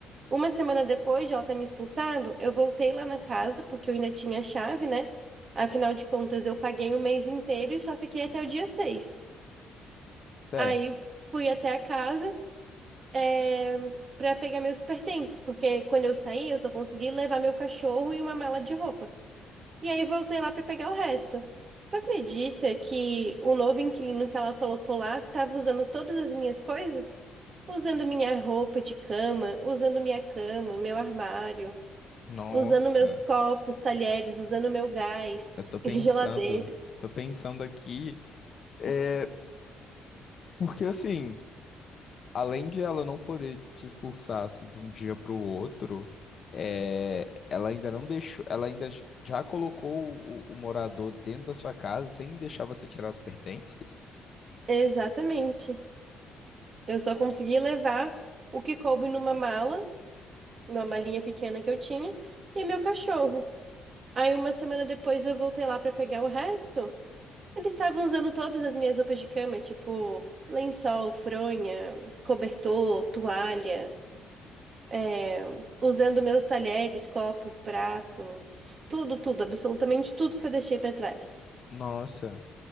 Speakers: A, on the right; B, on the left.
A: Uma semana depois de ela ter me expulsado, eu voltei lá na casa, porque eu ainda tinha a chave, né? Afinal de contas, eu paguei o mês inteiro e só fiquei até o dia 6.
B: Certo.
A: Aí fui até a casa, é, para pegar meus pertences, porque quando eu saí, eu só consegui levar meu cachorro e uma mala de roupa. E aí voltei lá para pegar o resto. Tu acredita que o novo inquilino que ela colocou lá estava usando todas as minhas coisas? Usando minha roupa de cama, usando minha cama, meu armário.
B: Nossa,
A: Usando meus copos, talheres, usando meu gás,
B: eu tô pensando,
A: <laughs> e geladeira.
B: tô pensando aqui, é, porque assim. além de ela não poder te expulsar assim de um dia para o outro, é, ela ainda não deixou, ela ainda j- já colocou o, o morador dentro da sua casa sem deixar você tirar as pertences?
A: Exatamente. Eu só consegui levar o que coube numa mala, uma malinha pequena que eu tinha, e meu cachorro. Aí uma semana depois eu voltei lá para pegar o resto. Eles estavam usando todas as minhas roupas de cama, tipo lençol, fronha, cobertor, toalha, é, usando meus talheres, copos, pratos, tudo, tudo, absolutamente tudo que eu deixei para trás.
B: Nossa,